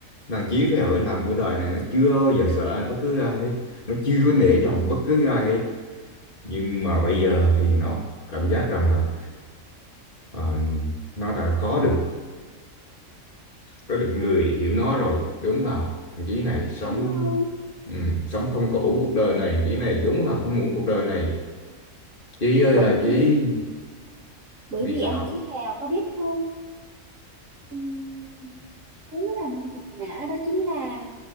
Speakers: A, on the left; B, on the right.
A: Thằng Chí Phèo ấy làm cuộc đời này nó chưa bao giờ sợ ai bất cứ ai hết. Nó chưa có nể trọng bất cứ ai hết. Nhưng mà bây giờ thì nó cảm giác rằng là ờ, nó đã có được có được người hiểu nó rồi. Đúng là thằng Chí này sống
B: đúng không?
A: ừ, sống không có ổn cuộc đời này. Chí này đúng là không ổn cuộc đời này. Chí ơi
B: Bởi
A: là
B: vì
A: Chí.
B: bởi
A: Vì
B: vì
A: sao?
B: anh Chí Phèo có biết không? Ừm, thứ làm em gục ngã đó chính là